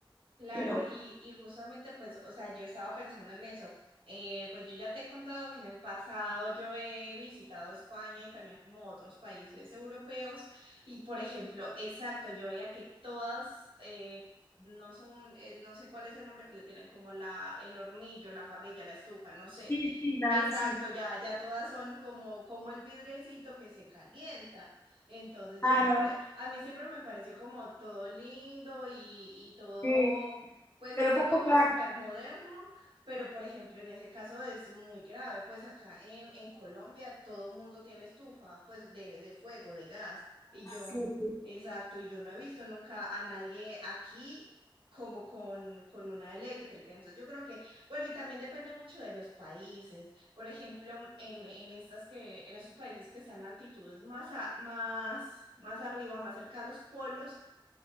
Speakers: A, on the right; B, on the left.
A: Claro,
B: pero...
A: y, y justamente pues, o sea, yo estaba pensando en eso. Eh, pues yo ya te he contado que en el pasado yo he visitado España y también como otros países europeos y por ejemplo, exacto, yo veía que todas, eh, no son, eh, no sé cuál es el nombre que le tienen, como la, el hornillo, la parrilla, la estufa, no sé.
B: Sí, sí, la-
A: Exacto,
B: sí,
A: ya, ya todas son como, como el vidriecito que se calienta. Entonces
B: claro,
A: yo siempre, a mí siempre me pareció como todo lindo y, y todo,
B: sí,
A: pues
B: pero
A: así
B: poco
A: como
B: práctica,
A: súper moderno, pero por ejemplo en ese caso es muy grave, pues acá en, en Colombia todo el mundo tiene estufa, pues de, de fuego, de gas, y yo,
B: sí, sí.
A: exacto, y yo no he visto nunca a nadie aquí como con, con una eléctrica, entonces yo creo que, bueno, y también depende mucho de los países. Por ejemplo, en, en estas que, en esos países que están a altitudes más, a- más, más arriba, más cerca a los polos,